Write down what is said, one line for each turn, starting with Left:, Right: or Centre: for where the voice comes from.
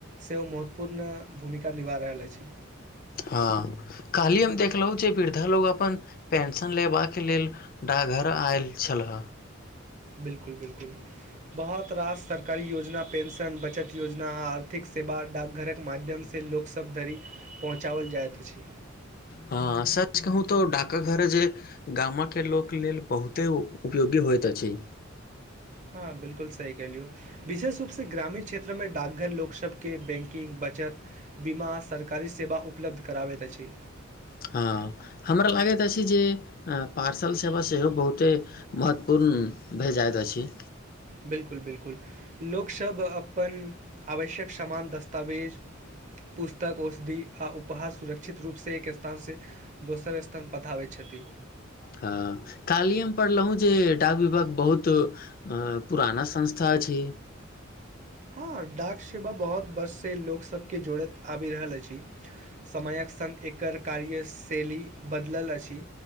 Right: से महत्वपूर्ण भूमिका निभा रहल अछि।
Left: हँ, काल्हिए हम देखलहुँ जे वृद्धा लोक अपन। पेंशन लेबाक लेल डाकघर आयल छलै।
Right: बिल्कुल बिल्कुल बहुत रास सरकारी योजना, पेंशन, बचत योजना आ आर्थिक सेवा डाकघरके माध्यमसँ। से लोकसभ धरि पहुँचाओल जाइत अछि।
Left: हँ, सच कहू तऽ डाकघर जे। गामके लोक लेल बहुते उपयोगी होइत अछि।
Right: हँ बिल्कूल सही कहलियौ विशेष रूपसँ ग्रामीण क्षेत्रमे डाकघर लोक सभके बैंकिंग, बचत। बीमा, सरकारी सेवा उपलब्ध करबै छै।
Left: हँ, हमरा लगैत अछि जे पार्सल सेवा सेहो बहुते। महत्वपूर्ण भे जाइत अछि।
Right: बिल्कूल बिल्कूल, लोकसभ अपन आवश्यक सामान, दस्तावेज। पुस्तक, औषधि आ उपहार सुरक्षित रूपसँ एक स्थानसँ। दोसर स्थान पठबैत छथिन।
Left: हँ, काल्हिएमे पढ़लहुँ जे डाक विभाग बहुत। अ पुराना संस्था छै।
Right: हँ, डाक सेवा बहुत बरखसँ लोकसभकेँ जोड़ैत आबि रहल अछि। समयके संग एकर कार्यशैली बदलि गेल अछि।